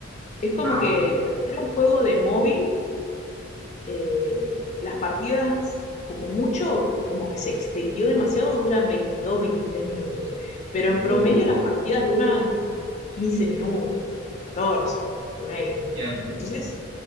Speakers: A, on the left; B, on the right.
A: Es como
B: Ah, bastante.
A: que hacer un juego de móvil eh, las partidas, como mucho, como que se extendió demasiado, duran 22 23 minutos, pero en
B: Oh,
A: promedio las
B: ya.
A: partidas duran 15 minutos, 14 ponele.
B: Ya,
A: Entonces,